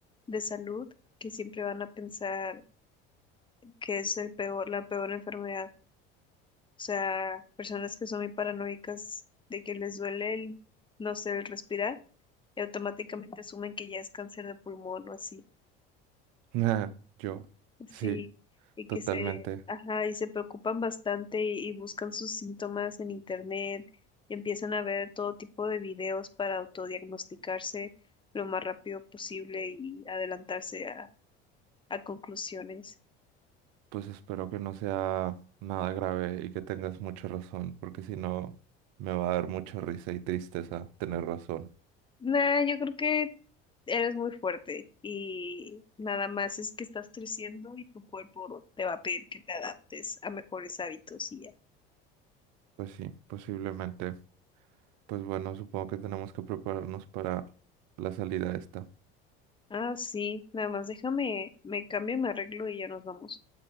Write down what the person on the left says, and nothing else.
de salud, que siempre van a pensar que es el peor, la peor enfermedad. O sea, personas que son muy paranoicas de que les duele el, no sé, el respirar, y automáticamente asumen que ya es cáncer de pulmón o así.
Sí, y que
se, ajá, y se preocupan bastante y, y buscan sus síntomas en internet, y empiezan a ver todo tipo de videos para autodiagnosticarse lo más rápido posible y adelantarse a, a conclusiones.
Nah, yo creo que eres muy fuerte y nada más es que estás creciendo y tu cuerpo te va a pedir que te adaptes a mejores hábitos y ya.
Ah, sí, nada más déjame, me cambio, me arreglo y ya nos vamos.